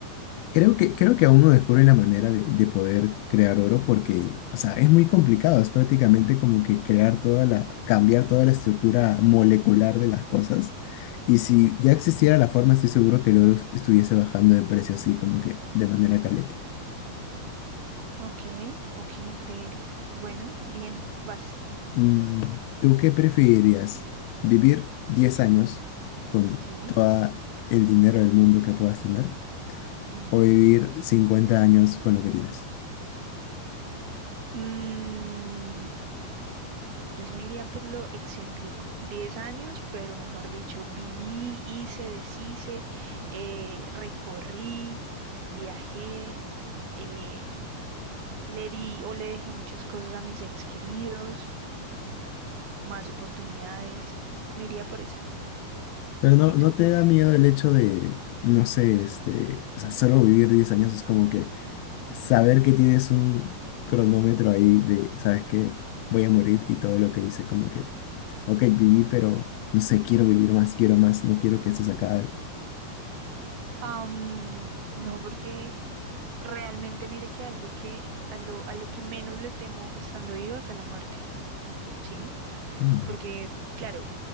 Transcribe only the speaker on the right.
O-
Ok, ok, increíble. Bueno, bien, vas.
Sí,
sí.
Mm, Yo sí me iría por lo excéntrico. Diez años, pero mejor dicho, viví, hice, deshice, eh, recorrí, viajé, eh, le di o le dejé muchas cosas a mis seres queridos, más oportunidades. Me iría por esa.
¿Y tú?
Am, no, porque realmente mire que algo que a lo, a lo que menos le temo estando viva es a la muerte, ¿sí?
Porque,
claro,